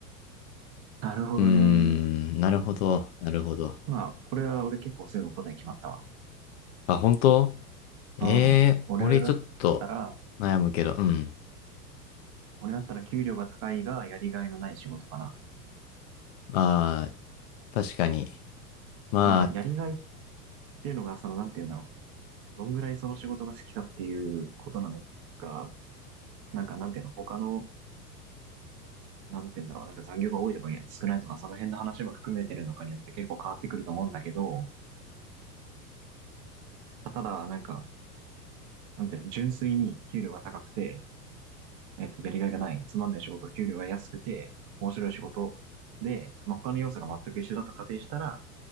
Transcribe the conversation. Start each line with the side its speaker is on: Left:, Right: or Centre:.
Right: なるほどね。
Left: うーん、なるほど、なるほど。
Right: まあ、これは俺結構すぐ答え決まったわ。
Left: あ、本当ええー、
Right: うん。俺だったら、
Left: 俺ちょっと悩むけど、うん。
Right: 俺だったら給料が高いがやりがいのない仕事かな。
Left: ああ、確かに。まあ、
Right: まあ、やりがいっていうのが、その、なんて言うんだろう。どんぐらいその仕事が好きかっていうことなのか、なんか、なんていうの、他の、なんて言うんだろう。なんか残業が多いとか少ないとか、その辺の話も含めてるのかによって結構変わってくると思うんだけど、ただ、なんか、なんていうの、純粋に給料が高くて、えっと、やりがいがない、つまんない仕事、給料が安くて、面白い仕事で、まあ、他の要素が全く一緒だと仮定したら、